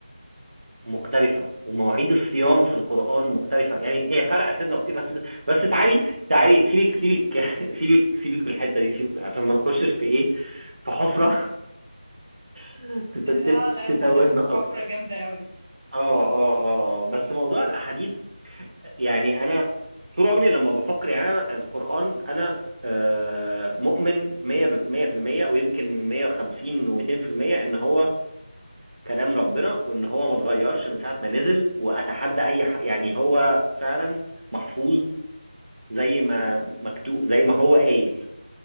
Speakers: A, on the right; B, on the right.
A: مختلفة ومواعيد الصيام في القرآن مختلفة يعني هي فرق سنة وبت- بس بس تعالي تعالي سيبك سيبك <laughs> سيبك سيبك من الحتة دي سيبك عشان ما نخشش في ايه في حفرة <laughs> تت- تت-
B: اه لا
A: تتوهنا
B: انت داخل في
A: اكتر
B: حفرة جامدة قوي
A: اه اه اه اه بس موضوع الاحاديث يعني انا طول عمري لما بفكر يعني انا القرآن انا آه، مؤمن 100 100% ويمكن 150 و200% ان هو كلام ربنا وان هو ما اتغيرش من ساعه ما نزل واتحدى اي ح... يعني هو فعلا محفوظ زي ما مكتوب زي ما هو قايل